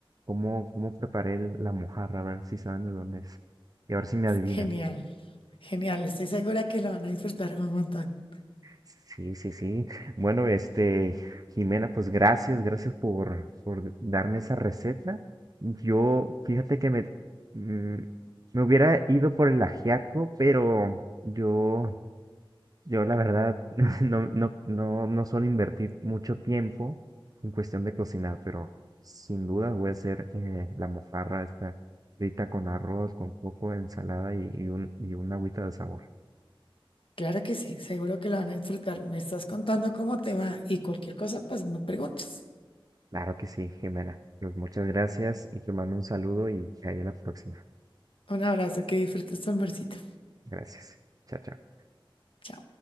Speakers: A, on the right; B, on the left.
A: cómo, cómo preparé el- la mojarra, a ver si saben de dónde es. Y a ver si me adivinan.
B: Genial. Genial. Estoy segura que lo van a disfrutar un montón.
A: Sí, sí, sí. Bueno, este, Jimena, pues gracias, gracias por, por darme esa receta. Yo, fíjate que me, mm, me hubiera ido por el ajiaco, pero yo Yo la verdad <laughs> no, no, no, no suelo invertir mucho tiempo en cuestión de cocinar, pero sin duda voy a hacer eh, la mojarra esta frita con arroz, con coco, ensalada y, y un, y una agüita de sabor.
B: Claro que sí, seguro que lo van a disfrutar. Me estás contando cómo te va y cualquier cosa, pues me preguntas.
A: Claro que sí, Jimena. Pues muchas gracias y te mando un saludo y que haya la próxima.
B: Un abrazo, que disfrutes tu almuercito.
A: Gracias. Chao, chao.
B: Chao.